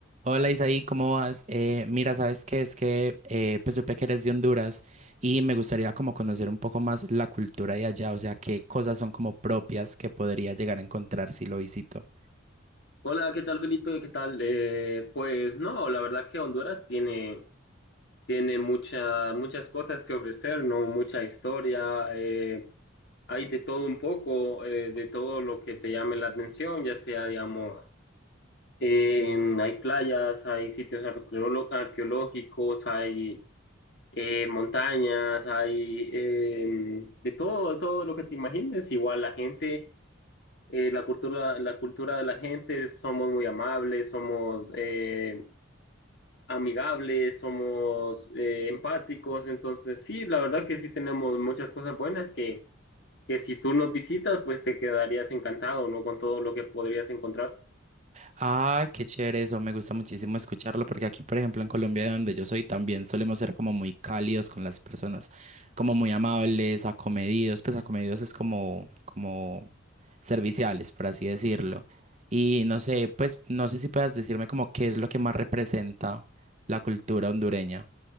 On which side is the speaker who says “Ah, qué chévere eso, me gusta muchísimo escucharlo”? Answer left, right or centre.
Right